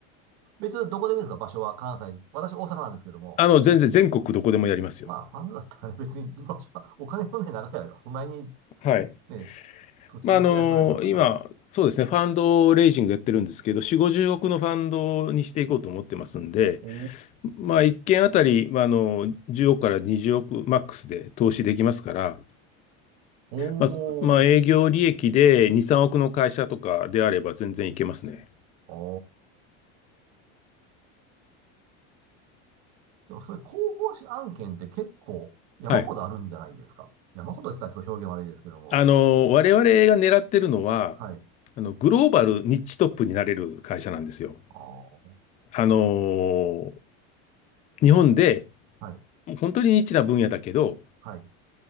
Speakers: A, on the right; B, on the left.
A: 別にどこでもいいですか、場所は。関西。私、大阪なんですけども。
B: あの、全然全国どこでもやりますよ。
A: まあ、ファンドだったらね、別に場所は、お金のね、長いれは、そんなに
B: はい。
A: ね、土地の制約はないでしょうから。
B: まあ、あの、今、そうですね、ファンドレイジングやってるんですけど、4、50億のファンドにしていこうと思ってますんで、
A: お
B: まあ、1件あたり、
A: ー。
B: まあ、あの、10億から20億マックスで投資できますから、
A: おー。
B: まあ、そまあ、営業利益で2、3億の会社とかであれば全然いけますね。
A: おー。でもそれ広報誌案件って結構山ほどあるんじゃないですか。
B: はい。
A: 山ほどって言ったらちょっと表現悪いですけども。
B: あの、我々が狙ってるのは、
A: はい。
B: あの、グローバルニッチトップになれる会社なんですよ。
A: ああ、
B: あの、日本で
A: はい。
B: 本当にニッチな分野だけど、
A: はい。